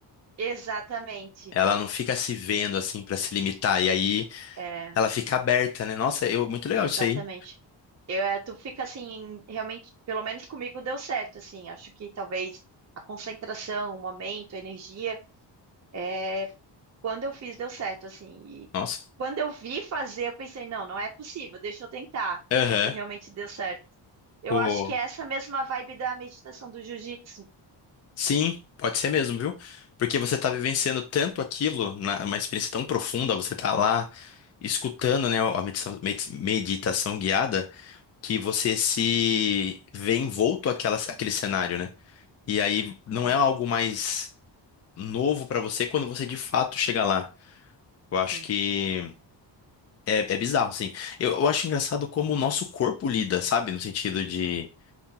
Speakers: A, on the right; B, on the left.
A: Exatamente.
B: Ela não fica se vendo assim pra se limitar. E aí
A: É,
B: Ela fica aberta, né? Nossa, eu, muito legal
A: exatamente.
B: isso aí.
A: Eu, é, tu fica assim, realmente, pelo menos comigo deu certo, assim. Acho que talvez a concentração, o momento, a energia, é, Quando eu fiz, deu certo, assim. E
B: Nossa.
A: quando eu vi fazer, eu pensei, não, não é possível, deixa eu tentar.
B: Aham.
A: E realmente deu certo. Eu
B: O-
A: acho que é essa mesma vibe da meditação do jiu-jitsu.
B: Sim, pode ser mesmo, viu? Porque você tá vivenciando tanto aquilo, na- uma experiência tão profunda, você tá lá escutando, né, a meditação, med- meditação guiada, que você se vê envolto àquela, àquele cenário, né? E aí não
A: Sim,
B: é algo mais novo pra você quando você de fato chega lá. Eu acho
A: sim,
B: que é, é bizarro, assim. Eu, eu acho engraçado como o nosso corpo lida, sabe? No sentido de